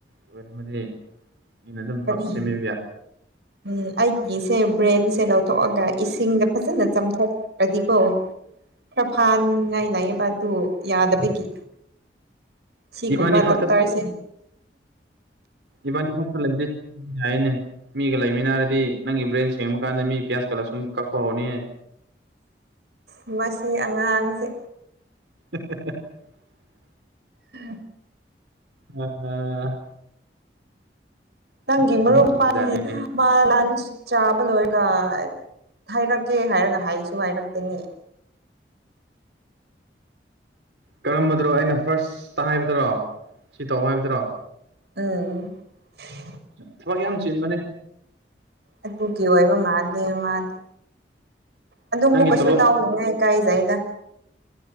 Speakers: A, on the right; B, on the right.
A: ꯑꯣꯏ ꯑꯃꯗꯤ ꯃꯤꯩꯅ ꯑꯗꯨꯝ
B: ꯀꯔꯤ
A: ꯍꯥꯞ ꯁꯦꯝꯕꯤꯕ ꯌꯥ
B: ꯎꯝ ꯑꯩꯒꯤꯁꯦ ꯕ꯭ꯔꯦꯟꯁꯦ ꯂꯧꯊꯣꯛꯑꯒ ꯏꯁꯤꯡꯗ ꯐꯖꯅ ꯆꯥꯝꯊꯣꯛꯈ꯭ꯔꯗꯤꯀꯣ ꯈꯔꯐꯥꯟꯉꯥꯏ ꯂꯩꯑꯕ ꯑꯗꯨ ꯌꯥꯗꯕꯒꯤ ꯁꯤꯒꯨꯝꯕ
A: ꯏꯕꯥꯅꯤ
B: ꯇꯞ ꯇꯥꯔꯤꯁꯦ
A: ꯏꯕꯥꯗꯤ ꯐ ꯆ ꯂꯩꯗꯤ ꯌꯥꯅꯦ ꯃꯤꯒ ꯂꯩꯃꯤꯟꯅꯔꯗꯤ ꯅꯪꯒꯤ ꯕ꯭ꯔꯦꯟ ꯁꯦꯡꯕ ꯀꯥꯟꯗ ꯃꯤ ꯄꯤꯌꯥꯁꯀ ꯂꯥꯁꯟ ꯀꯛꯄ ꯍꯧꯅꯤ
B: ꯑ ꯃꯁꯤ ꯑꯉꯥꯡꯁꯦ
A: <inaudible>
B: ꯎꯝ
A: ꯑꯝ
B: ꯅꯪꯒꯤꯤ ꯃ ꯔꯣꯝ
A: ꯀꯤꯕꯖꯥꯠꯅꯤꯅꯦ
B: ꯄ ꯂꯟ ꯆꯥꯕ ꯂꯣꯏꯔꯒ ꯍꯥꯏꯔꯛꯀꯦ ꯍꯥꯏꯔꯒ ꯍꯥꯏꯁꯨ ꯍꯥꯏꯔꯛꯇꯅꯤ <inaudible>
A: ꯀꯔꯝꯕꯗꯅꯣ ꯑꯩꯅ ꯐꯥꯔꯁꯇ ꯍꯥꯏꯕꯗꯔꯣ ꯁꯤ ꯇꯧ ꯍꯥꯏꯕꯗꯨꯔꯣ
B: ꯑꯥ
A: ꯊꯕꯛ ꯌꯥꯝ ꯆꯤꯟꯕꯅꯦ
B: ꯑꯗꯨꯨꯡ ꯀ ꯑꯣꯏꯕ ꯃꯥꯂꯕ ꯃꯥꯗꯦ ꯑꯗꯨ ꯑꯃꯨꯛ
A: ꯅꯪꯒꯤ
B: ꯀꯩꯁꯨ
A: ꯇꯣꯂꯣꯞ
B: ꯇꯎꯅꯤꯅ ꯏꯀꯥꯏꯖꯩꯗ